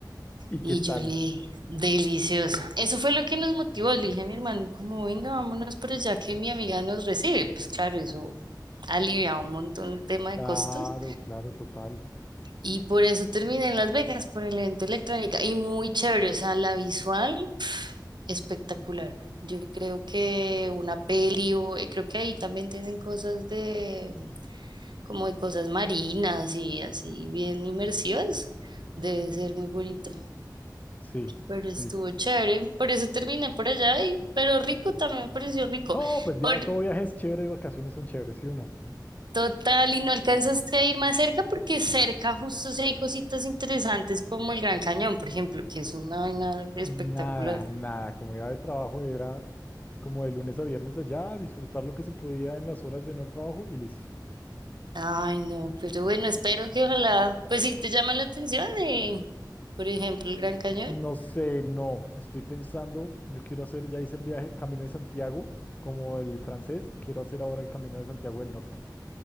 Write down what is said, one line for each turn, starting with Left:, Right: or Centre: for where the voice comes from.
Left: ¿Y
Right: Y
Left: qué
Right: yo
Left: tal?
Right: le dije, delicioso. Eso fue lo que nos motivó. Le dije a mi hermano, como venga, vámonos, pero ya que mi amiga nos recibe, pues claro, eso aliviaba un montón el tema de
Left: Claro,
Right: costos.
Left: claro, total.
Right: Y por eso terminé en Las Vegas, por el evento de electrónica. Y muy chévere, o sea, la visual espectacular. Yo creo que una peli, o eh, creo que ahí también tienen cosas de como de cosas marinas y así bien inmersivas. Debe ser muy bonito,
Left: Sí,
Right: pero estuvo
Left: sí.
Right: chévere. Por eso terminé por allá, y, pero rico también me pareció rico.
Left: No, pues ya,
Right: Por
Left: todo viaje es chévere, vacaciones son chéveres, ¿sí o no?
Right: total, y no alcanzaste a ir más cerca porque cerca justo sí hay cositas interesantes como el Gran Cañón, por ejemplo, que es una vaina espectacular.
Left: Nada, nada, como era de trabajo era como de lunes a viernes allá, disfrutar lo que se podía en las horas de no el trabajo y listo.
Right: Ay, no, pero bueno, espero que ojalá, pues si te llama la atención, eh, por ejemplo, el Gran Cañón.
Left: No
Right: <gasps>
Left: sé, no, estoy pensando, yo quiero hacer, ya hice el viaje Camino de Santiago, como el francés, quiero hacer ahora el Camino de Santiago del Norte.